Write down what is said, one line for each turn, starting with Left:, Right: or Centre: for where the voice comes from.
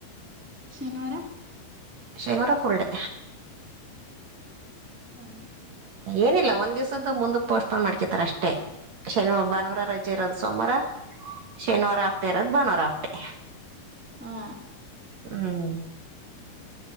Centre: ಶನಿವಾರ
Right: ಶೈವರಫುಲ್ಡೇ
Centre: <inaudible>
Right: ಏನಿಲ್ಲ ಒಂದ್ ದಿವ್ಸದ ಮುಂದ ಪೋಸ್ಟ್ಪೋನ್ ಮಾಡ್ಕಿದಾರ ಅಷ್ಟೇ ಶನಿವಾರ ಭಾನುವಾರ ರಜೆ ಇರೋದು ಸೋಮವಾರ ಶನಿವಾರ ಹಾಫ್ಡೇ ಇರೋದು ಭಾನುವಾರ ಹಾಫ್ಡೇ
Centre: ಹಾ
Right: ಹ್ಮ್